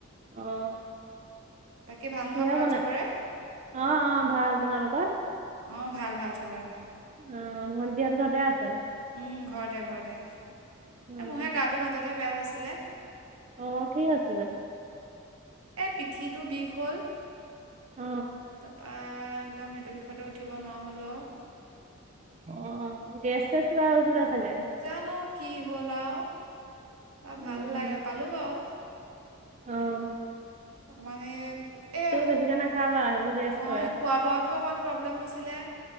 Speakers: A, on the right; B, on the right.
A: অ।
B: বাকী ভাল নহয়
A: কিহে
B: ঘৰত
A: বনাই
B: চবৰে?
A: অ অ ভাল তোমালোকৰ?
B: অ ভাল। ভাল। চবৰে ভাল।
A: অ ভন্টিহত ঘৰতে আছে?
B: উম। ঘৰতে। ঘৰতে। এ
A: উম
B: মোৰ হে গাটো মাজতে বেয়া হৈছিলে।
A: অ কি হৈছিলে?
B: এ পিঠিটো বিষ হ'ল
A: অ
B: তা পা একদম সেইটো বিষতে উঠিব নোৱাৰা হ'লো আৰু।
A: অ' অ' গেছ চেছ কিবা হৈছিলে চাগে।
B: জানো কি হ'ল আৰু।
A: উম
B: ভাল লাগে। পালো বাৰু।
A: অহ।
B: <inaudible> মানে এ এই
A: বেছিকে নাখাবা সেইবোৰ গেছ কৰে
B: খোৱা-বোৱাতো অকণমান প্ৰব্লেম হৈছিলে।